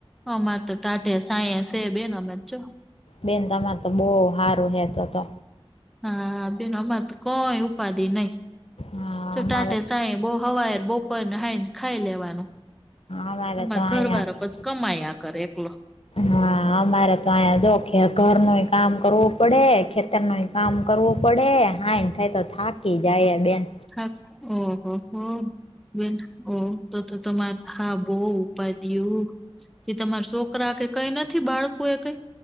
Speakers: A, in the centre; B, on the left (about 75°).
A: અમાર તો ટાટયા સાયન સેબ અમે જો
B: બેન તમાર તો બો હારું હે તો તો.
A: હા બેન અમાર તો કઈ ઉપાધિ નઈ.
B: હા
A: ચટાટે
B: અમારે
A: સાંય બો હવાર, બોપરને હાઈ ખાઈ લેવાનું.
B: અમારે
A: આમર
B: તો અહીંયા
A: ઘર વાડો પછી કમાઈયા કરે એટલે
B: હા અમારે તો અહીંયા જો ખેતર નું યે કામ કરવું પડે તમે કામ કરવું પડે હાજ થાય તો થાકી જાય બેન.
A: હા ઓહ હો. બેન ઓ તો તો તમારે હા બો ઉપાધિ એવું. તો તમાર સોકરા કે કઈ નથી બાળકો એ કઈ?